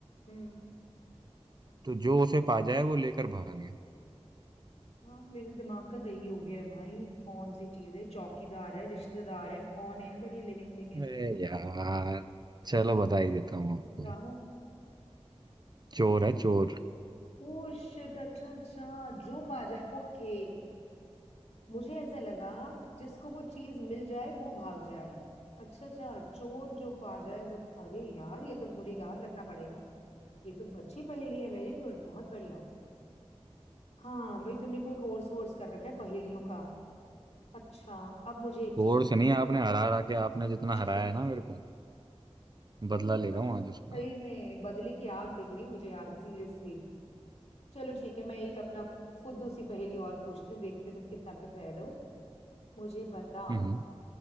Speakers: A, on the left; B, on the right.
A: हम्म
B: तो जो उसे पा जाए वो लेकर भागे
A: हाँ मेरे दिमाग का दही हो गया है भाई कौन सी चीज है चौकीदार है रिश्तेदार है कौन है अगर ये लिविंग थिंग है
B: अरे
A: तो
B: यार चलो बता ही देता हूँ आपको
A: बताओ
B: चोर है चोर
A: ओ शिट अच्छा अच्छा जो पा जाए ओके मुझे ऐसा लगा जिसको वो चीज मिल जाए वो भाग जाए अच्छा अच्छा चोर जो पा जाए वो अरे यार ये तो मुझे याद रखना पड़ेगा ये तो अच्छी पहेली है वेरी गुड बहुत बढ़िया हाँ भाई तुमने कोई कोर्स वोर्स कर रखा है पहेलियों का अच्छा अब मुझे एक
B: चोर
A: चीज
B: से नहीं आपने हरा हरा के आपने जितना
A: <laughs>
B: हराया है ना मेरे को बदला
A: तुम बिल्कुल
B: ले रहा हूँ आज उसका
A: सही
B: मैं।
A: में बदली की आग दिख रही मुझे आज सीरियसली चलो ठीक है मैं एक अपना फुद्दू सी पहेली और पूछती हूँ देखती हूँ तुम कितना प्रिपेयर्ड हो मुझे बताओ
B: हम्म